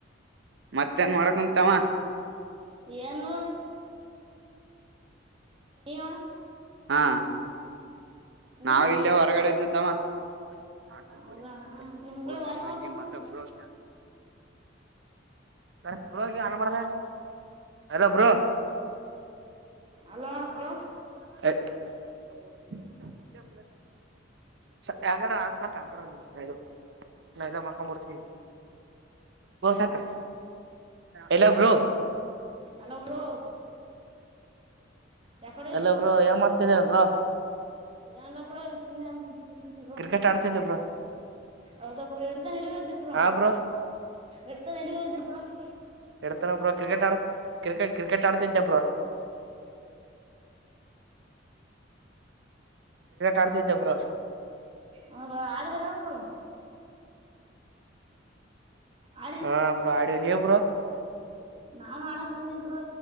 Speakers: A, on the right; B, on the right.
A: ಮತ್ತೇ ನ್ ಮಾಡಕ್ ಕುಂತಾಮ
B: ಏನು ಏನು ಹಣ
A: ಹಾ ನಾವ್
B: ನೀವ್ ಅಣ್ಣ
A: ಇಲ್ಲೇ ಹೊರಗಡೆದ್ ತಮ್ಮ ಲಾಟ
B: ಹೌದಾ
A: ಕೊಡಿ ಹ
B: ನಿಮ್ ಕಡೆ ವಾಯ್
A: ತಮ್ಮ
B: ಮಾಡ್ತಾರ
A: ಅಂಜಿ ಮಾತ್ರ ಬೋಗ ಕ ಬ ಅನ್ಬಾರ್ದ ಅಲ್ಲ ಬ್ರೋ
B: ಅಲೋ ಬ್ರೊ
A: ಹ್ಮ್ ಆ ಯಕಡೆ ಆಗಸಪ ಆಕಡೆದು ನಾ ಎಲ್ಲಾ ಮಾಡಕಂಬಡ್ತವಿ ಹಂತ ಎಲ್ಲಬ್ರು
B: ಹಲೋ ಬ್ರೋ ಯಾಕಡೆ
A: ಎಲ್ಲೊ ಬ್ರೋ ಏನ್ ಮಾಡ್ತಿದರ ವಾಹ್
B: ಏನ್ಲ್ಲ ಬ್ರೋ.
A: ಕ್ರಿಕೆಟ್ ಆಡ್ತಿದ್ದೆ ಬ್ರೋ
B: ಹೌದ ಬ್ರೊ ಇಡ್ತನ ನೆಲ್ಲಿಗಿ ಹೋಗಿದ್ರಿ ಬ್ರೊ
A: ಹಾ ಬ್ರೋ
B: ಇಡ್ತನ ನೆಲ್ಲಿಗಿ ಹೋಗಿದ್ರಿ ಬ್ರೊ ಹ್ಮ್
A: ಇಡ್ತಾನ ಬ್ರ ಕ್ರಿಕೆಟ್ ಆಡಕ್ ಕ್ರಿಕೆಟ್ ಕ್ರಿಕೆಟ್ ಆಡ್ತಿದ್ದೆ ಬ್ರ ಆಡ್ತಿದ್ದೆ ಬ್ರೋ
B: ಹೌದ ಆಡಿದ್ರ ಅ ಬ್ರಾ <inaudible>
A: ಹಾ ಬ್ರೋ ಆಡಿ ನೀವು ಬ್ರೋ
B: ನವು ಆಡೋಕ್ ಬಂದು ರೋ